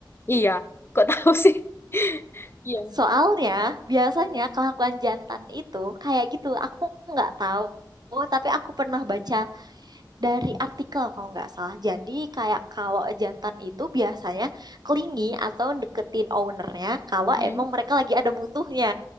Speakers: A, on the left (about 30°); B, on the right (about 60°).
A: Iya, kok tahu sih? <laughs> Iya,
B: Soalnya biasanya kelakuan jantan itu kayak gitu. Aku nggak tahu, tapi aku pernah baca dari artikel kalau nggak salah. Jadi kayak kalau jantan itu biasanya clingy atau deketin ownernya kalau
A: nyanyi.
B: emang mereka lagi ada butuhnya.